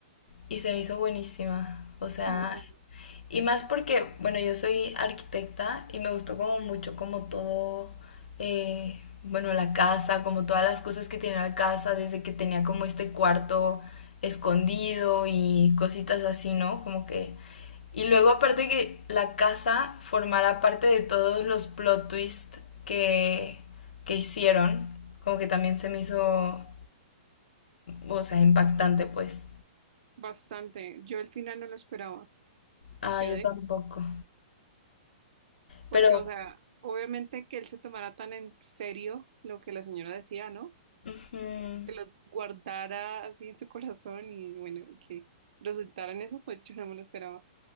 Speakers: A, on the left (about 80°); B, on the right (about 45°).
A: y se me hizo buenísima. O sea,
B: Muy buena.
A: Y más porque, bueno, yo soy arquitecta y me gustó como mucho como todo, eh, bueno, la casa, como todas las cosas que tenía la casa, desde que tenía como este cuarto escondido y cositas así, ¿no? Como que... Y luego aparte que la casa formará parte de todos los plot twists que, que hicieron, como que también se me hizo, o sea, impactante, pues.
B: Bastante. Yo al final no lo esperaba.
A: Ah,
B: Quedé.
A: yo tampoco.
B: Porque,
A: Pero...
B: o sea, obviamente que él se tomara tan en serio lo que la señora decía, ¿no?
A: ujú.
B: Que lo guardara así en su corazón y bueno, y que resultara en eso, pues yo no me lo esperaba.